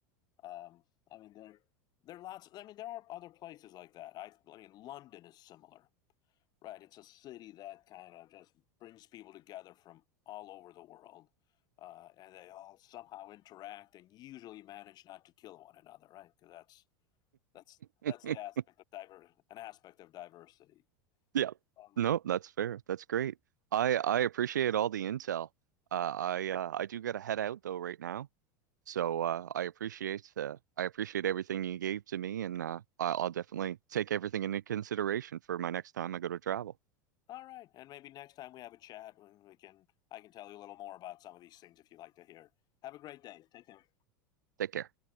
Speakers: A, on the left; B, on the right.
A: Um, I mean, there there are lots. I mean, there are other places like that. I, I mean, London is similar. Right. It's a city that kind of just brings people together from all over the world. Uh, and they all somehow interact and usually manage not to kill one another, right? Because that's that's
B: <laughs>
A: that's the aspect of diver an aspect of diversity.
B: Yeah.
A: Um,
B: No, that's fair. That's great. I I appreciate all the intel. Uh, I uh, I do gotta head out though right now. So uh, I appreciate uh, I appreciate everything you gave to me, and uh, I- I'll definitely take everything into consideration for my next time I go to travel.
A: all right, and maybe next time we have a chat, we we can I can tell you a little more about some of these things if you'd like to hear. Have a great day. Take care.
B: Take care.